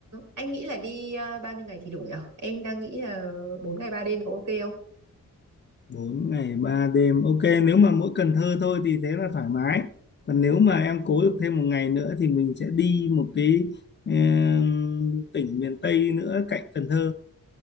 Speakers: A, on the right (about 70°); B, on the left (about 35°).
A: anh nghĩ là đi ờ, bao nhiêu ngày thì đủ nhở? Em đang nghĩ là 4 ngày 3 đêm có ok không?
B: bốn ngày ba đêm ok nếu mà mỗi Cần Thơ thôi thì thế là thoải mái còn nếu mà em cố được thêm một ngày nữa thì mình sẽ đi một cái em, tỉnh miền Tây nữa cạnh Cần Thơ